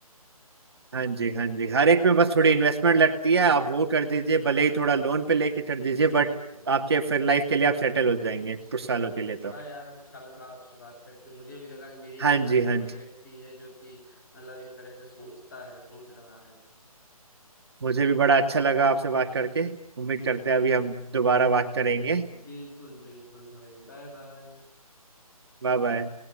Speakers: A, on the right; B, on the left.
A: हाँ जी हाँ जी
B: बिल्कुल
A: हर एक में बस थोड़ी इन्वेस्टमेंट लगती है आप वो कर दीजिए भले ही थोड़ा लोन पे लेके कर दीजिए
B: बिल्कुल
A: बट आपके फिर लाइफ के लिए आप सेटल हो जाएंगे कुछ
B: सही
A: सालों
B: बात
A: के लिए
B: है बड़ा
A: तो
B: यार अच्छा लगा आपसे बात करके मुझे भी लगा कि मेरी
A: हाँ
B: जैसा
A: जी
B: ही
A: हाँ
B: कोई
A: जी
B: व्यक्ति है जो कि मतलब इस तरह से सोचता है सोच रहा है
A: मुझे भी बड़ा अच्छा लगा आपसे बात करके उम्मीद
B: जी
A: करते
B: जी
A: हैं अभी हम दोबारा बात करेंगे
B: बिल्कुल बिल्कुल भाई बाय बाय
A: Bye bye